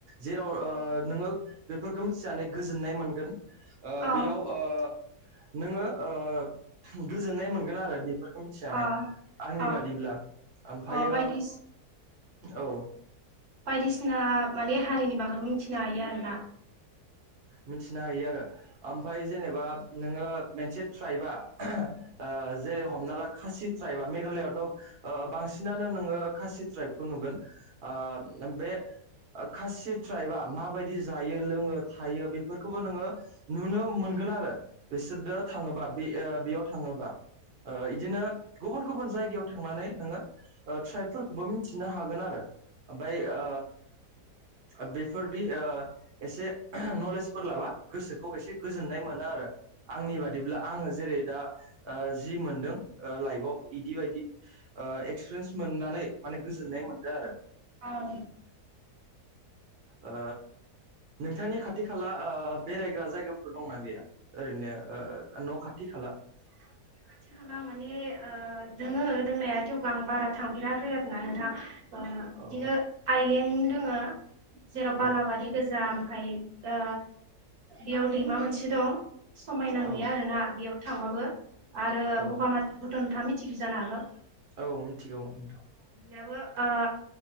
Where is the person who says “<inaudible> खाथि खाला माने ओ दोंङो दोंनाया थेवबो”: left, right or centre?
Right